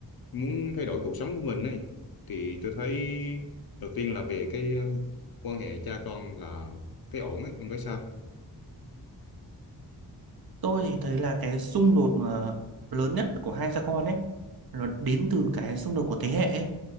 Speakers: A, on the left; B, on the right.
A: muốn thay đổi cuộc sống của mình ấy thì tôi thấy đầu tiên là về cái ờ, quan hệ cha con là thấy ổn ấy ông thấy sao
B: tôi thì thấy là cái xung đột mà lớn nhất của hai cha con ấy nó đến từ cái xung đột của thế hệ ấy